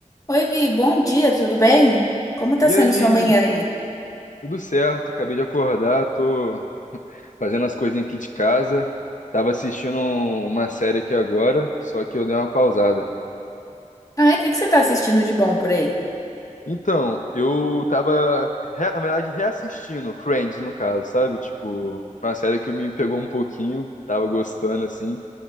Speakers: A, on the left; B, on the left.
A: Oi, Vi, bom dia, tudo bem? Como tá
B: E
A: sendo
B: aí,
A: sua manhã aí?
B: tudo certo? Acabei de acordar, tô fazendo as coisinhas aqui de casa. Tava assistindo um- uma série aqui agora, só que eu dei uma pausada.
A: Ah, é? O que que você tá assistindo de bom por aí?
B: Então, eu tava, re- na verdade, reassistindo Friends, no caso, sabe? Tipo, foi uma série que me pegou um pouquinho, tava gostando, assim.